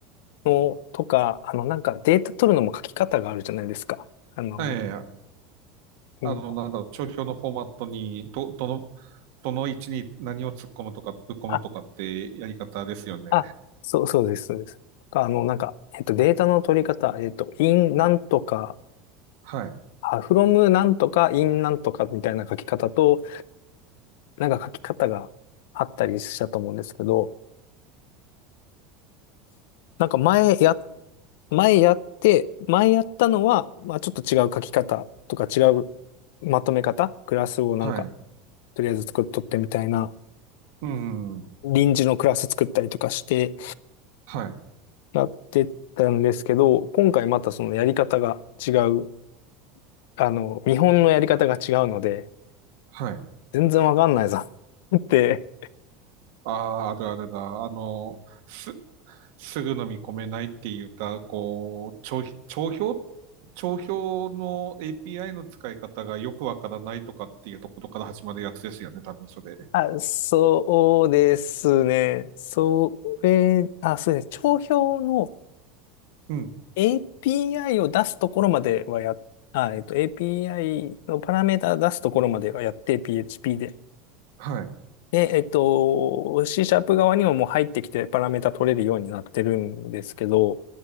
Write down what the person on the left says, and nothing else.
のとか、あの、なんかデータ取るのも書き方があるじゃないですか。あの、
うん
あ、あ、そう、そうです、そうです。とかあの、なんか、えっと、データの取り方、えっと、in なんとか、
あ、from なんとか、in なんとかみたいな書き方と、なんか書き方があったりしたと思うんですけど、なんか前や、前やって、前やったのは、まあちょっと違う書き方とか違うまとめ方、クラスをなんか、
とりあえず作っとってみたいな、
臨時のクラス作ったりとかして
やってたんですけど、今回またそのやり方が違う、あの、見本のやり方が違うので、
全然わかんないぞ <laughs> って
あ、そうですね。それ、あ、そうですね。帳票の
API を出すところまではやあ、えっと、API のパラメータ出すところまではやって PHP で。
で、えっと、C シャープ側にももう入ってきてパラメータ取れるようになってるんですけど、